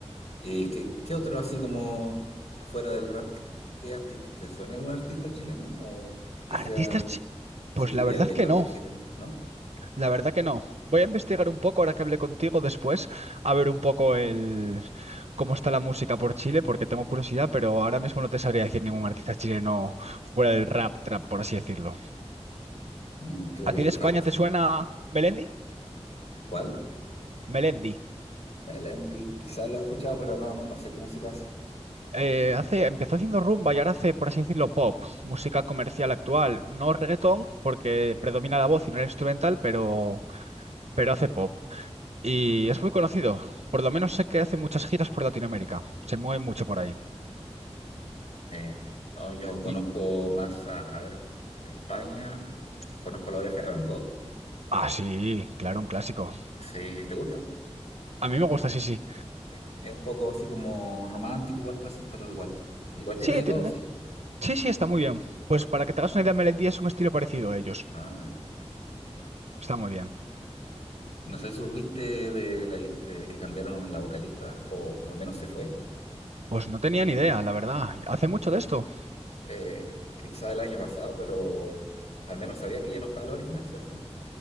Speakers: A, on the left; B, on the right.
A: ¿y qué, qué otro así como afuera del rap? ¿Qué, qué artista? ¿Te suena algún artista chileno? ¿O que
B: ¿Artistas?
A: sea,
B: chi-
A: sí,
B: Pues la
A: de,
B: verdad
A: de
B: que
A: cualquier
B: no,
A: género? ¿No?
B: la verdad que no. Voy a investigar un poco ahora que hablé contigo después, a ver un poco el cómo está la música por Chile, porque tengo curiosidad, pero ahora mismo no te sabría decir ningún artista chileno fuera del rap, trap, por así decirlo.
A: Mm, creo
B: ¿A
A: que
B: ti de
A: falta.
B: España te suena Melendi?
A: ¿Cuál?
B: Melendi.
A: Melendi, quizás lo he escuchado, pero no, no, no sé qué música hace.
B: eh, hace, empezó haciendo rumba y ahora hace, por así decirlo, pop, música comercial actual. No reggaetón, porque predomina la voz y no el instrumental, pero, pero hace pop. Y es muy conocido. Por lo menos sé que hace muchas giras por Latinoamérica. Se mueve mucho por ahí.
A: Eh, no, yo conozco
B: Y.
A: más a, a ver, de España, conozco La Oreja de Van Gogh.
B: Ah, sí, claro, un clásico.
A: Sí, ¿te gusta?
B: A mí me gusta, sí, sí.
A: Eh, Es un poco así como romántico, igual puede ser, pero igual. Igual
B: Sí,
A: tiene de
B: tiene-
A: todo, sí.
B: sí, sí, está muy bien. Pues para que te hagas una idea, Melendi es un estilo parecido a ellos.
A: Ah,
B: Está muy bien.
A: Y No sé si supiste de, la- de que cambiaron la vocalista, o al menos se fue,
B: Pues no tenía ni idea, la verdad. ¿Hace mucho de esto?
A: eh, quizá el año pasado, pero al menos sabías que ya no estaba la original, ¿cierto?